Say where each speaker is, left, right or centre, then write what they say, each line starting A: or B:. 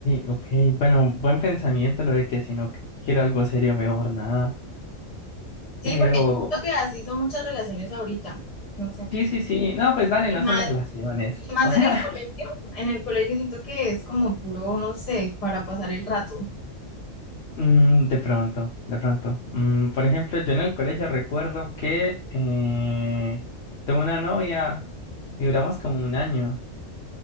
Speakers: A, on the left; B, on the left.
A: ok, bueno, buen pensamiento lo de que si no quiero algo serio, mejor nada.
B: Sí,
A: Pero
B: porque yo siento que así son muchas relaciones ahorita, no sé.
A: sí, sí, sí, no, pues dale,
B: Y
A: no
B: más,
A: son relaciones.
B: y más
A: <laughs> O sea,
B: en el colegio, en el colegio siento que es como puro, no sé, para pasar el rato.
A: mm, de pronto, de pronto. Mm, por ejemplo, yo en el colegio recuerdo que eh, tuve una novia y duramos como un año.